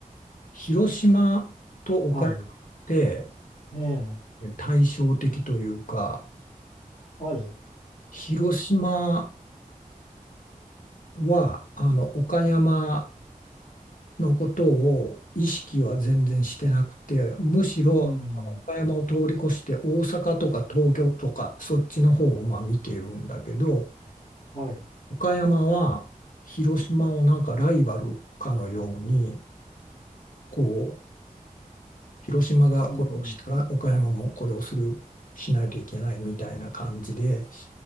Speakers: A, on the left (about 65°); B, on the left (about 45°).
A: 広島と岡山っ
B: はい、
A: て
B: ええ、
A: 対照的というか、
B: はい、
A: 広島はあの岡山のことを意識は全然してなくて、むしろ岡山を通り越して大阪とか東京とかそっちの方をまあ見ているんだけど、
B: うん、はい、
A: 岡山は広島をなんかライバルかのように、こう、広島がこれをしたら岡山もこれをする、
B: うん、
A: しないといけないみたいな感じで、